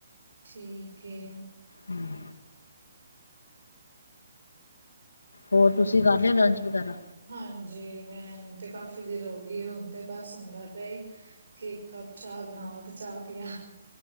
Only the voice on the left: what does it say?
ਹੂੰ ਹੋਰ ਤੁਸੀਂ ਕਰ ਲ ਲੰਚ ਵਗੈਰਾ